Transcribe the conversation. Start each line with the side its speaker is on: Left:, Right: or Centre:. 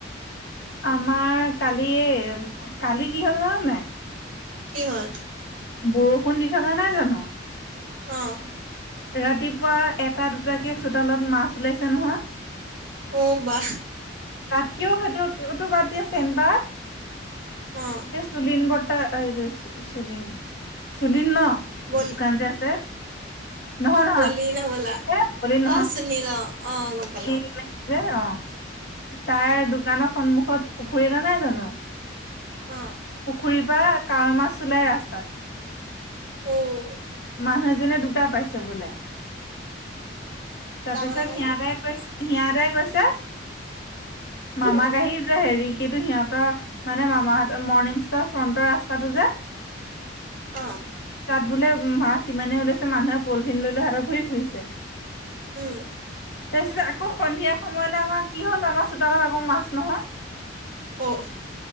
Left: আমাৰ কালি কালি কি হ'ল জানা নাই
Right: কি হ'ল
Left: বৰষুণ দি থকা নাই জানো
Right: অ',
Left: ৰাতিপুৱা এটা দুটাকে চোডালত মাছ ওলাইছে নহয়।
Right: অ', বা
Left: তাতকৈও সেইটো উটো বাদ দিয়া চেণ্বাৰ
Right: অ',
Left: এই চুলিন বৰ্তটা চুলিন চুলিন দোকান
Right: ব বল
Left: ন যে আছে নহয় নহয়
Right: বলিন বলা
Left: এ বলি নহয়
Right: অ', চুনিলা অ আ গম পালো
Left: শিল নাই যে অ তাৰ দোকানৰ সন্মুখত পুখুৰী এটা নাই জানো।
Right: অ',
Left: পুখুৰীৰ পৰা কাৱৈ মাছ লাই ৰাস্তাত
Right: অ',
Left: মানুহ এজনে দুটা পাইছে বোলে। তাৰপিছত
Right: ডাঙৰ ডাঙৰ
Left: সিহঁতে
Right: নে?
Left: সিহঁতে কৈছে মামাক
Right: অ',
Left: আহিছে হেৰি কি সিহঁতৰ মানে মামাহতৰ মৰ্ণিং চ ফ্ৰটৰ ৰাস্তাটো যে
Right: অ'হ।
Left: তাত বোলে মাছ ইমানেই ওলাইছে মানুহে পলিথিন লৈ লৈ হাত ঘূৰি ফুৰিছে।
Right: উম',
Left: তাৰ পিছতে আকৌ সন্ধিয়া। সময়লে আমাৰ কি হ'ল আমাৰ চোতালত আকৌ মাছ নহয়।
Right: অ',